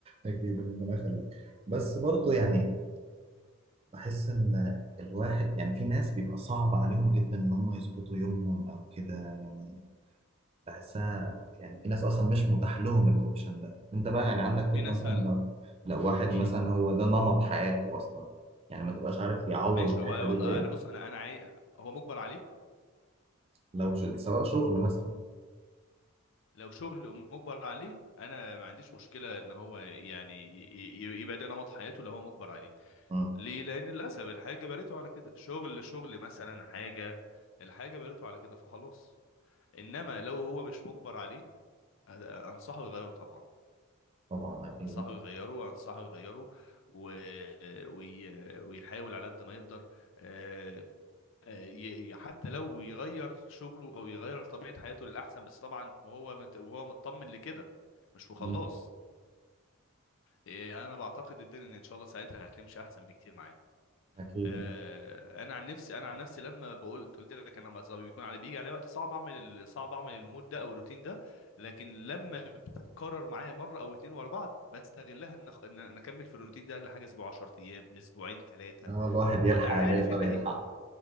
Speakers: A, on the right; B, on the left.
A: اكيد ربنا يخليك بس برضه يعني بحس ان الواحد يعني في ناس بيبقى صعب عليهم جدا ان هم يظبطوا يومهم او كده يعني بحسها يعني في ناس اصلا مش متاح لهم الاوبشن ده انت بقى يعني عندك فكره
B: في ناس
A: مثلا
B: فعلا
A: لو لو واحد
B: امم
A: مثلا هو ده نمط حياته اصلا يعني ما تبقاش عارف يعوض
B: ماشي
A: الحته
B: هو هو
A: دي
B: انا
A: بايه
B: أنا بص انا انا عاي... هو مجبر عليه
A: لو شل- سواء شغل مثلا
B: لو شغل مجبر عليه انا ما عنديش مشكله ان هو يعني ي- ي- يبقى ده نمط حياته لو هو مجبر عليه
A: مم.
B: ليه لان للاسف الحاجه بنيته على كده شغل شغل مثلا حاجه الحاجه بنيته على كده فخلاص انما لو هو مش مجبر عليه أنا- انصحه يغيره طبعا
A: طبعا اكيد
B: انصحه يغيره انصحه يغيره و... وي... ويحاول على قد ما يقدر آه، آه، ي- حتى لو يغير شغله او يغير طبيعه حياته للاحسن بس طبعا وهو مت... وهو مطمن لكده مش وخلاص
A: مم.
B: آه، انا بعتقد الدنيا ان إن شاء الله ساعتها هتمشي احسن بكتير معاه
A: اكيد
B: آه، انا عن نفسي انا عن نفسي لما بقول قلت لك انا مثلا بيكون علي بيجي علي وقت صعب اعمل ال- صعب اعمل المود ده او الروتين ده لكن لما بتتكرر معايا مره او اتنين ورا بعض بستغلها ان ان انا اكمل في الروتين ده لحاجه اسبوع 10 ايام اسبوعين ثلاثه
A: آه الواحد
B: وعارف
A: يلحق اللي يقدر
B: ان
A: يلحق
B: هي